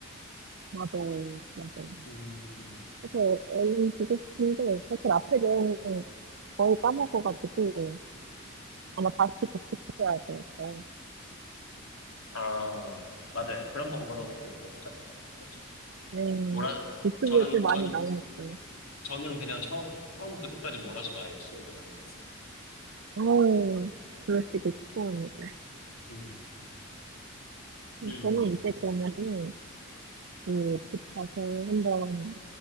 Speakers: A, on the right; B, on the left.
A: 맞아요, 맞아요.
B: 음,
A: 그래서 얼른 보고 싶은데, 사실 앞에 내용은 거의 까먹어가지고, 아마 다시 복습해야 할 것 같아요.
B: 아, 맞아요. 그런 번거로움이 또 있겠죠? 그렇죠.
A: 음,
B: 몰아,
A: 유튜브에
B: 저는,
A: 또 많이
B: 전,
A: 나오니까.
B: 저는 그냥 처음, 처음부터 끝까지 몰아서 봐야겠어요, 그냥.
A: 아유, 그러시길
B: 예.
A: 축하합니다.
B: 음, 음.
A: 저는 이제 그러면은, 그, 집 가서 한번,